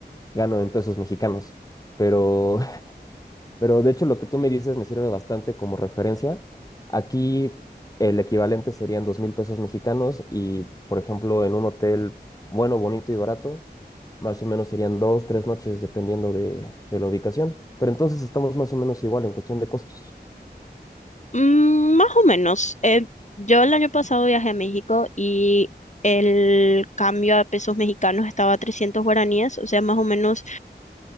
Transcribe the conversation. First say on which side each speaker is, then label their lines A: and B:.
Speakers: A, on the left (about 20°); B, on the left (about 45°).
A: gano en pesos mexicanos. Pero, <laughs> pero de hecho, lo que tú me dices me sirve bastante como referencia. Aquí el equivalente serían dos mil pesos mexicanos y, por ejemplo, en un hotel bueno, bonito y barato, más o menos serían dos, tres noches, dependiendo de, de la ubicación. Pero entonces estamos más o menos igual en cuestión de costos.
B: Mm, más o menos. Eh, yo el año pasado viajé a México y el cambio a pesos mexicanos estaba a 300 guaraníes, o sea, más o menos